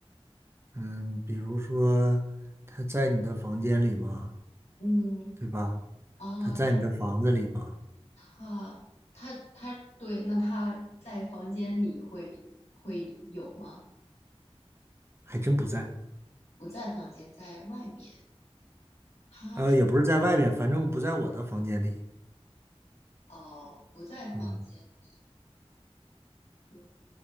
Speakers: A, on the right; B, on the left.
A: 嗯，比如说他在你的房间里吗？
B: 嗯，
A: 对吧？
B: 啊、
A: 他在你的房子里吗？
B: 他他他，对，那他在房间里会会有吗？
A: 还真不在。
B: 不在房间，在外面。他是
A: 呃，也不是在外边，反正不在我的房间里。
B: 哦，不在房间里。
A: 嗯，
B: 嗯，